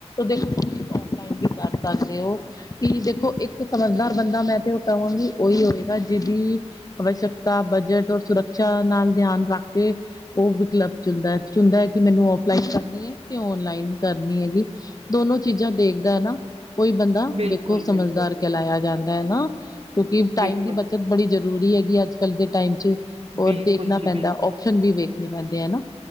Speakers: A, on the left; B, on the right.
A: ਦੇਖੋ ਤੁਸੀਂ ਓਫਲਾਈਨ ਵੀ ਕਰ ਸਕਦੇ ਹੋ। ਕਿ ਦੇਖੋ ਇੱਕ ਸਮਝਦਾਰ ਬੰਦਾ ਮੈਂ ਤੇ, ਉਹ ਕਹਾਂਗੀ ਉਹੀ ਹੋਏਗਾ ਜਿਹਦੀ ਅਵਸ਼ਕਤਾ, ਬਜਟ ਔਰ ਸੁਰੱਖਿਆ ਨਾਲ ਧਿਆਨ ਰੱਖ ਕੇ ਉਹ ਵਿਕ ਕਲੱਬ ਚ ਚੁੰਦਾ ਚੁੰਦਾ ਹੈ ਕਿ ਮੈਨੂੰ ਫਲਾਈਨ ਕਰਨੀ ਹੈ, ਕਿ ਓਨਲਾਈਨ ਕਰਨੀ ਹੈਗੀ। ਦੋਨੋ ਚੀਜ਼ਾਂ ਦੇਖਦਾ ਹੈ ਨਾ ਕੋਈ ਬੰਦਾ
B: ਬਿਲਕੁਲ
A: ਦੇਖੋ ਸਮਝਦਾਰ
B: ਬਿਲਕੁਲ
A: ਕਹਿਲਾਇਆ ਜਾਂਦਾ ਹੈ ਨਾ ਕਿਉਂਕਿ ਟਾਈਮ
B: ਬਿਲਕੁਲ
A: ਦੀ ਬੱਚਤ ਬੜੀ ਜ਼ਰੂਰੀ ਹੈਗੀ, ਅੱਜ ਕੱਲ ਦੇ ਟਾਈਮ ਚ
B: ਬਿਲਕੁਲ
A: ਰ ਦੇਖਣਾ
B: ਜੀ
A: ਪੈਂਦਾ
B: ਬਿਲਕੁਲ
A: ਵੀ ਵੇਖਣੇ ਪੈਂਦੇ ਆ ਨਾ